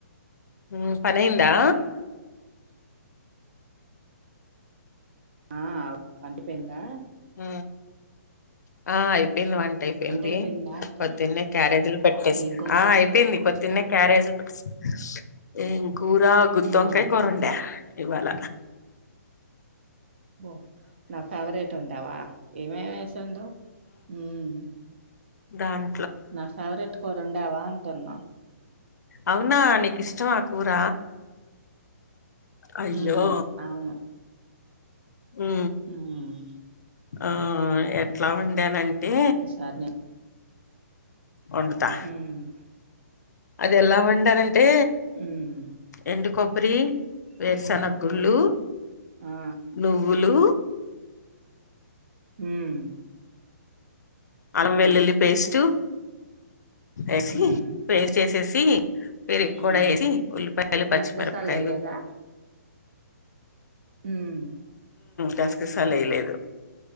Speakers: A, on the left; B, on the right.
A: హమ్ పని అయిందా
B: హా వంటిపోయిందా
A: హ హా ఆయి పోయింది వంట అయిపోయింది
B: అయిపోయిందా అంటున్నా
A: పోద్దున్నే క్యారేజీలు కట్టేసి
B: ఏం కూర
A: ఆ
B: చేసావ్
A: అయిపోయింది పోద్దున్నే క్యారేజీలు పెట్టేసి ఏం కూర గూత్తొంకాయ
B: ఉమ్
A: కూర వండా ఇవాల
B: బో నా ఫేవరేట్ వండావా ఏమే మేం వేసి వండావ్ మ్
A: దాన్
B: నా ఫెవరెట్ కూర వండావా అంటన్నా
A: అవునా నీకు ఇష్టం ఆ కూర అయ్యో!
B: మ్ అవును
A: ఉ
B: ఉమ్
A: ఆ ఎట్లా వండానంటే
B: సరే
A: వండతా
B: ఉమ్
A: అది ఎలా వండనే అంటే
B: హ్మ్.
A: ఎండు కొబ్బరి వేరుసన
B: హ్మ్. చెప్పు.
A: గుళ్ళు,
B: ఆ!
A: నువ్వులు
B: మ్
A: అలం వెల్లుల్లి పేస్ట్ ఏసి
B: హ్మ్.
A: పేస్ట్ చేసేసి పెరుగు
B: హ్మ్.
A: కూడా వేసి ఉల్లిపాయలు పచ్చిమిరపకాయలు
B: గసగసాలేయలేదా? మ్
A: గసుకుసలు ఎయలేదు